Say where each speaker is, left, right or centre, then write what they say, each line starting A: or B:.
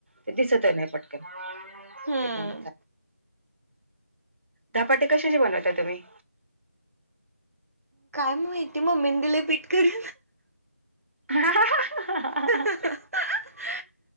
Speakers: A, on the right; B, on the right.
A: ते दिसत नाही पटकन
B: हम्म
A: हे बंद. धपाटे कशाचे बनवता तुम्ही?
B: काय माहिती मग मेंदला पीठ कर?
A: ह.
B: <inaudible>